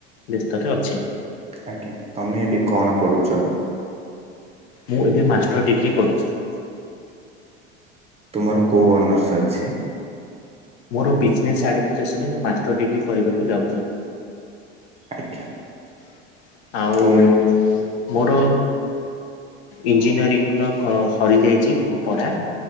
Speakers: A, on the left; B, on the right.
A: ବ୍ୟସ୍ତରେ ଅଛି।
B: ଆଜ୍ଞା ତମେ ଏବେ କଣ ପଢୁଚ।
A: ମୁଁ ଏବେ ମାଷ୍ଟର ଡିଗ୍ରୀ କରିଚି। <inaudible>
B: ତୁମର କେଉ ଅନ୍ୟସ ଅଛି?
A: ମୋର ବିଜନେସ୍ ଆଡମିନିଷ୍ଟ୍ରେସନରେ ମୁଁ ମାଷ୍ଟର ଡିଗ୍ରୀ କରିବାକୁ ଯାଉଛି।
B: ଆଜ୍ଞା।
A: ଆଉ।
B: ତୁମେ
A: ମୋର ଇଞ୍ଜିନିୟରିଂର ସରିଯାଇଛି ପଢ଼ା